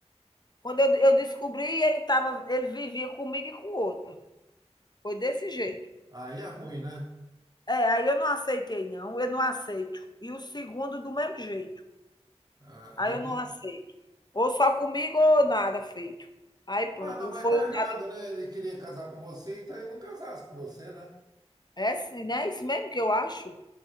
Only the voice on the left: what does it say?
Quando eu, eu descobri, ele, tava, ele vivia comigo e com outra. Foi desse jeito.
É, aí eu não aceitei, não. Eu não aceito. E o segundo, do mesmo jeito.
Aí
eu não aceito. Ou só comigo ou nada feito. Aí pronto,
não
foi
nada.
É assim, né? É isso mesmo que eu acho.